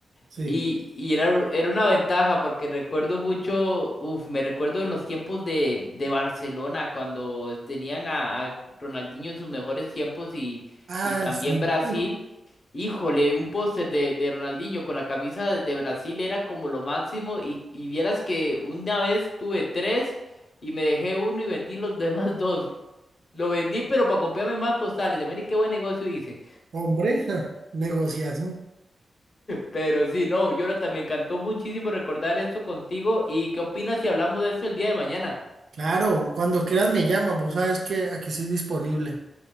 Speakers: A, on the right (about 75°); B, on the left (about 55°).
A: Sí.
B: Y, y era, era una ventaja porque recuerdo mucho, uf, me recuerdo en los tiempos de, de Barcelona cuando tenían a, a Ronaldinho en sus mejores tiempos y,
A: Ah,
B: y también
A: sí.
B: Brasil.
A: Uf,
B: Híjole, un póster de, de Ronaldinho con la camisa de, de Brasil era como lo máximo y, y vieras que una vez tuve tres y me dejé uno y vendí los <laughs> demás dos. Lo vendí pero para comprarme más postales. De ver qué buen negocio hice.
A: hombre, <laughs> negociazo.
B: Pero sí, no, Jonathan, me encantó muchísimo recordar esto contigo. ¿Y qué opinas si hablamos de esto el día de mañana?
A: Claro, cuando quieras me llamas, vos sabes que aquí estoy disponible.